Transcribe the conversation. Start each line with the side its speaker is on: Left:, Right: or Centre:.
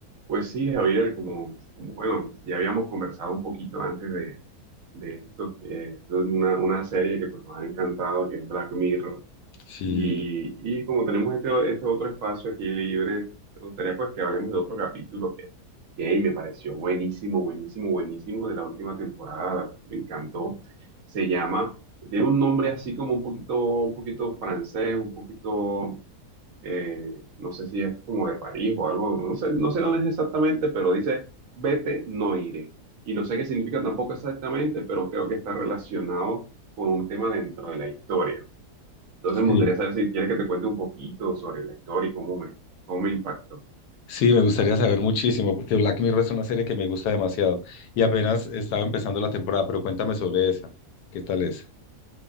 Right: Pues sí, Javier, como, como, bueno, ya habíamos conversado un poquito antes de, de esto, eh, de una, una serie que pues, nos ha encantado, que es Black Mirror,
Left: Sí,
Right: y, y como tenemos este, este otro espacio aquí libre, me gustaría pues que hablemos de otro capítulo que, que hey, me pareció buenísimo, buenísimo, buenísimo de la última temporada, la- me encantó. Se llama, tiene un nombre así como un poquito, un poquito francés, un poquito eh, no sé si es como de París o algo, no sé, no sé dónde es exactamente, pero dice, vete, no iré. Y no sé qué significa tampoco exactamente, pero creo que está relacionado con un tema dentro de la historia. Entonces
Left: sí,
Right: me gustaría saber si quieres que te cuente un poquito sobre la historia y cómo me, cómo me impactó.
Left: sí, me gustaría saber muchísimo, porque Black Mirror es una serie que me gusta demasiado y apenas estaba empezando la temporada, pero cuéntame sobre esa, ¿qué tal es?